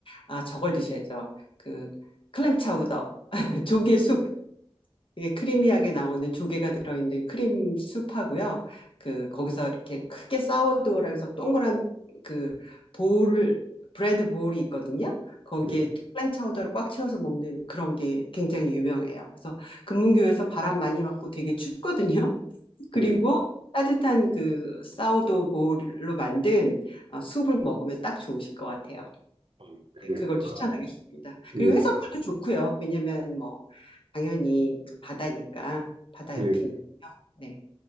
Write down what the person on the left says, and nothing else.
아, 저걸 드셔야죠. 그, 클램 차우더, <laughs> 조개 숲. 이게 크리미하게 나오는 조개가 들어있는 크림 수프하고요. 그 거기서 이렇게 크게 사워도우라 해서 동그란 그 볼, 브레드 볼이 있거든요. 거기에
클램 차우더를 꽉 채워서 먹는 그런 게 굉장히 유명해요. 그래서 금문교에서 바람 많이 맞고 되게 춥거든요. <laughs> 그리고
따뜻한 그 사워도우 볼로 만든 어, 수프를 먹으면 딱 좋으실 것 같아요.
네, 그걸 추천하겠습니다.
그리고
해산물도 좋고요. 왜냐면 뭐 당연히 그 바다니까, 바다
옆이니까요. 네.